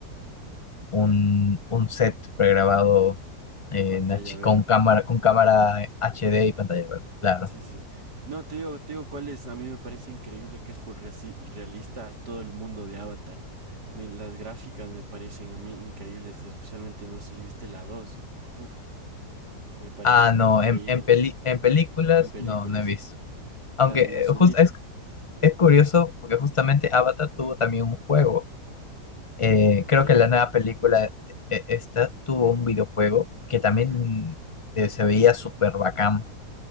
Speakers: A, on the left; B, on the right.
A: un, un set pregrabado
B: en
A: eh,
B: pantalla
A: en H-
B: verde.
A: con cámara, con cámara HD y pantalla verde, claro.
B: Sí, sí. No, te digo, te digo cuál es. A mí me parece increíble que es full reasi- realista todo el mundo de Avatar. Me- las gráficas me parecen a mí increíbles, especialmente no sé si viste la 2, Puf, me parece
A: Ah,
B: increíble.
A: no, en, en, peli- en películas
B: En película,
A: no, no he
B: sí,
A: visto.
B: sí. La
A: Aunque
B: del
A: eh,
B: azulito.
A: jus- es, es curioso porque justamente Avatar tuvo también un juego. Eh, creo
B: ¿Ya?
A: que la nueva película eh, esta tuvo un videojuego que también
B: Ok.
A: eh, se veía súper bacán